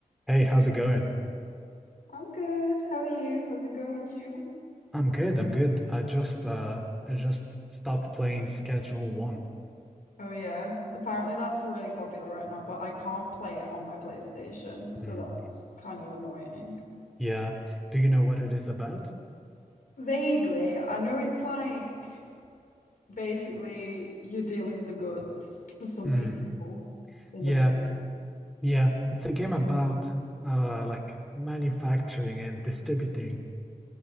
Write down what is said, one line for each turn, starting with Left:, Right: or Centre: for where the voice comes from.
Centre: Hey, how's it going?
Left: I'm good. How are you? How's it going with you?
Centre: I'm good. I'm good. I just uh I just stopped playing Schedule One.
Left: Oh yeah. Apparently that's really popular right now, but I can't play it on my PlayStation, so
Centre: Hmm.
Left: that's kind of annoying.
Centre: Yeah. Do you know what it is about?
Left: Vaguely, I know it's like basically you're dealing the goods to some
Centre: Hmm.
Left: people in
Centre: Yeah.
Left: the city.
Centre: Yeah. It's a game about uh like manufacturing and distributing